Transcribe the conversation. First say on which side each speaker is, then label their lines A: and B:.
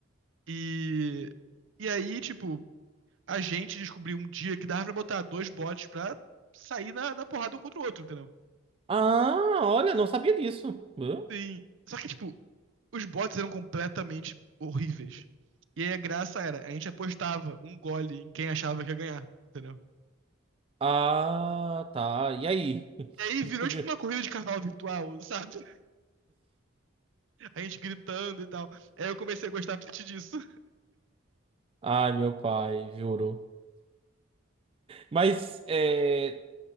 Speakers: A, on the right (about 70°); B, on the right (about 25°).
A: E, e aí, tipo, a gente descobriu um dia que dava pra botar dois bots pra sair na, na porrada um contra o outro, entendeu?
B: Ah, olha, não sabia disso. Hã?
A: Sim. Só que, tipo, os bots eram completamente horríveis. E aí a graça era, a gente apostava um gole em quem achava que ia ganhar, entendeu?
B: Ah, tá. E aí? <laughs>
A: E aí virou tipo uma corrida de carnaval virtual, sabe? A gente gritando e tal. Aí eu comecei a gostar a partir disso.
B: Ai, meu pai, juro. Mas, é,